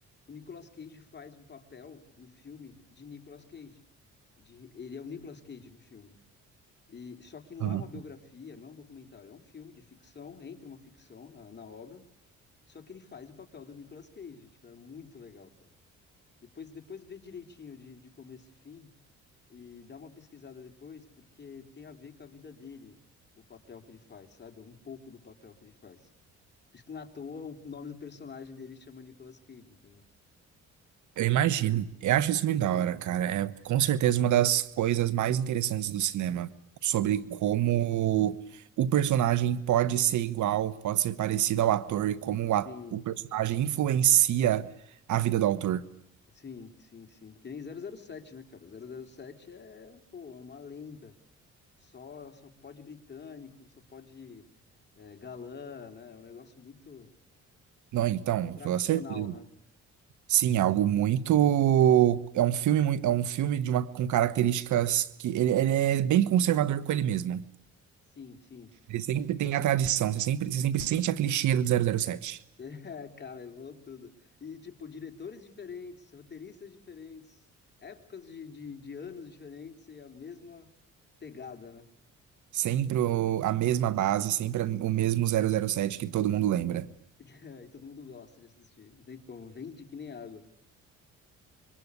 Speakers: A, on the left (about 35°); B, on the right (about 75°).
A: o Nicolas Cage faz um papel no filme de Nicolas Cage. De, ele é o Nicolas Cage no filme. E só que não
B: Aham.
A: é uma biografia, não é um documentário, é um filme de ficção, entra uma ficção na, na obra, só que ele faz o papel do Nicolas Cage. Tipo, é muito legal, cara. Depois, depois vê direitinho de, de começo e fim e dá uma pesquisada depois, porque tem a ver com a vida dele, o papel que ele faz, sabe? Um pouco do papel que ele faz. Por isso que não é à toa o nome do personagem dele chama Nicolas Cage, entendeu?
B: Eu imagino. Eu acho isso muito da hora, cara. É com certeza uma das coisas mais interessantes do cinema, sobre como o personagem pode ser igual, pode ser parecido ao ator e como o,
A: Sim,
B: a- o personagem influencia a vida do autor.
A: sim, sim, sim. Que nem zero zero sete né, cara? zero zero sete é, pô, é uma lenda. Só, só pode britânico, só pode é, galã, né? É um negócio muito
B: Não, então,
A: tradicional,
B: com toda certeza.
A: né?
B: Sim, é algo muito. É um filme, mui- é um filme de uma, com características que ele, ele é bem conservador com ele mesmo.
A: Sim, sim,
B: Ele sempre tem a tradição, você sempre, você sempre sente aquele cheiro do zero zero sete
A: É, cara, evoluiu tudo. E, tipo, diretores diferentes, roteiristas diferentes, épocas de, de, de anos diferentes e a mesma pegada, né? <laughs>
B: Sempre o- a mesma base, sempre o mesmo zero zero sete que todo mundo lembra.
A: É, e todo mundo gosta de assistir. Não tem como, vende que nem água.